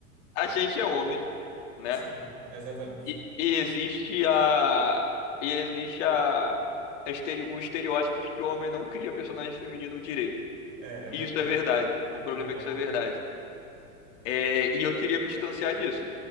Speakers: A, on the left (about 55°); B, on the right (about 50°).
A: a gente é homem, né?
B: sim, exatamente.
A: E, e existe a. E existe a, a estere- o estereótipo de que o homem não cria personagem feminino direito.
B: É, é
A: E
B: verdade,
A: isso é verdade. O problema
B: concordo.
A: é que isso é verdade. É, e eu queria me distanciar disso.